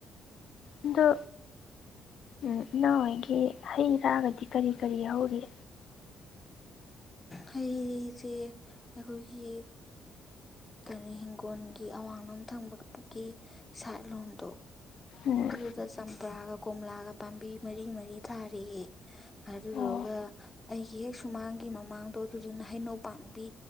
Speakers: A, on the left; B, on the left.
A: ꯑꯗꯨ ꯎꯝ ꯏꯅꯥꯎ ꯍꯣꯏꯒꯤ ꯍꯩ ꯔꯥꯒꯗꯤ ꯀꯔꯤ ꯀꯔꯤ ꯍꯧꯔꯤ
B: ꯍꯩꯖꯦ ꯑꯩꯈꯣꯏꯒꯤ ꯀꯔꯤ ꯏꯤꯡꯈꯣꯜꯒꯤ ꯑꯋꯥꯡꯂꯣꯝ ꯊꯪꯕꯒꯤ ꯁꯥꯏꯠꯂꯣꯝꯗꯣ
A: ꯎꯝ
B: ꯑꯗꯨꯗ ꯆꯝꯄ꯭ꯔꯥꯒ ꯀꯣꯝꯂꯥꯒ ꯄꯥꯝꯕꯤ ꯃꯔꯤ ꯃꯔꯤ ꯊꯥꯔꯤꯌꯦ ꯑꯗꯨꯗꯨꯒ
A: ꯑꯣ
B: ꯑꯩꯒꯤ ꯍꯦꯛ ꯁꯨꯃꯥꯡꯒꯤ ꯃꯃꯥꯡ ꯑꯣ ꯑꯗꯨꯗꯨꯅ ꯍꯩꯅꯧ ꯄꯥꯡꯕꯤ